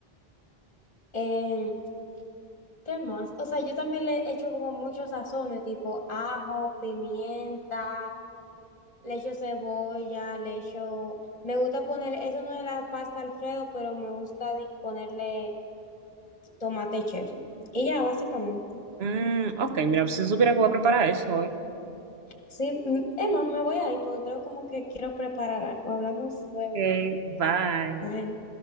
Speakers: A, on the left; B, on the right.
A: Eh, ¿qué más? O sea, yo también le echo como muchos sazones, tipo ajo, pimienta, le echo cebolla, le echo... Me gusta poner, eso no es la pasta Alfredo, pero me gusta di- ponerle tomate cherry. Y ya, básicamente.
B: Mm, ok, mira, si supiera que voy a preparar eso, ¿eh?
A: Sí, mm, Emma, me voy a ir porque creo como que quiero preparar algo. Hablamos luego.
B: Ok, bye.
A: Bye.